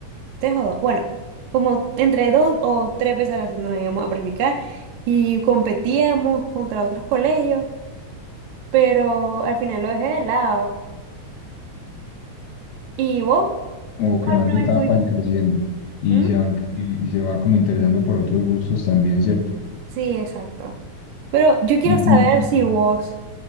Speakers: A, on the right; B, on the left.
A: tres o dos, bueno, como entre dos o tres veces a la semana íbamos a practicar y competíamos contra otros colegios, pero al final lo dejé de lado. ¿Y vos?
B: como
A: ¿Vos
B: quemando
A: alguna
B: etapas
A: vez tuviste?
B: y creciendo. Y
A: ¿Mm?
B: se van, y, y se va como interesando por otros gustos también, ¿cierto?
A: Sí, exacto. Pero yo quiero
B: Y cuéntame,
A: saber si vos